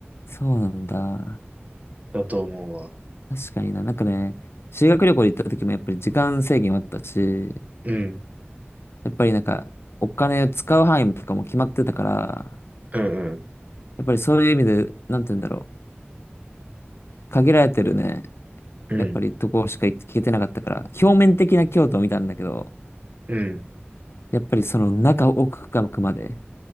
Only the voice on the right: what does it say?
だと思うわ。
うん。
うんうん。
うん。
うん。